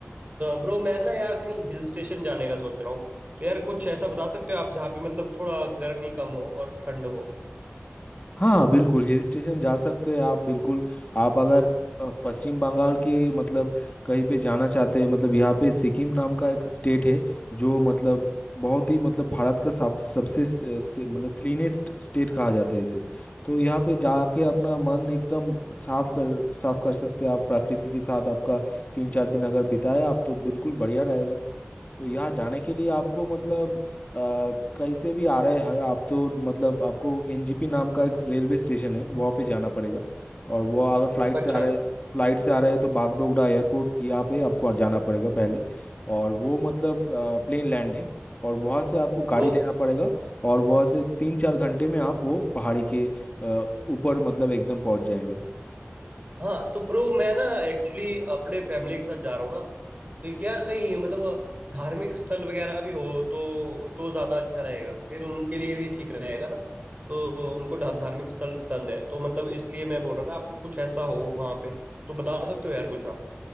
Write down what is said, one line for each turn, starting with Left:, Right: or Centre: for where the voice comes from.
Right: ब्रो मैं ना यार कहीं हिल स्टेशन जाने का सोच रहा हूँ तो यार कुछ ऐसा बता सकते हो आप जहाँ पे मतलब थोड़ा गर्मी कम हो और ठंड हो
Left: हाँ बिल्कुल हिल स्टेशन जा सकते हैं आप बिल्कुल आप अगर अ, पश्चिम बंगाल के मतलब कहीं पे जाना चाहते हैं मतलब यहाँ पे सिक्किम नाम का एक स्टेट है जो मतलब बहुत ही मतलब भारत का सब सबसे से, से, मतलब क्लीनेस्ट स्टेट कहा जाता है इसे तो यहाँ पे जाके अपना मन एकदम साफ कर साफ कर सकते हैं आप प्रकृति के साथ आपका तीन चार दिन अगर बिताए आप तो बिल्कुल बढ़िया रहेगा तो यहाँ जाने के लिए आपको मतलब अ, कहीं से भी आ रहे हैं आप तो मतलब आपको एनजीपी नाम का एक रेलवे स्टेशन है वहाँ पे जाना पड़ेगा और वो अगर फ्लाइट
Right: अच्छा
Left: से आ रहे फ्लाइट से आ रहे हैं तो बागडोगरा एयरपोर्ट यहाँ पे आपको जाना पड़ेगा पहले और वो मतलब प्लेन लैंड है और वहाँ से आपको गाड़ी
Right: तो
Left: लेना पड़ेगा और वहाँ से तीन चार घंटे में आप वो पहाड़ी के अ, ऊपर मतलब एकदम पहुँच जाएंगे
Right: हाँ तो ब्रो मैं ना एक्चुअली अपने फैमिली के साथ जा रहा हूँ ना तो यार कहीं मतलब धार्मिक स्थल वगैरह भी हो तो तो ज़्यादा अच्छा रहेगा फिर उनके लिए भी ठीक रहेगा ना तो उनको धा- धार्मिक स्थल पसंद है तो मतलब इसलिए मैं बोल रहा था आपको कुछ ऐसा हो वहाँ पे तो बता सकते हो यार कुछ आप